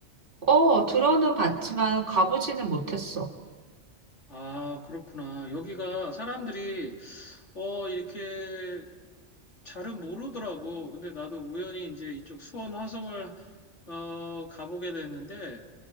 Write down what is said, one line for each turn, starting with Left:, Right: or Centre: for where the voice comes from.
Right: 어 들어는 봤지만 가보지는 못했어.
Left: 아, 그렇구나. 여기가 사람들이 어, 이렇게 잘은 모르더라고. 근데 나도 우연히 이제 이쪽 수원 화성을 어, 가보게 됐는데,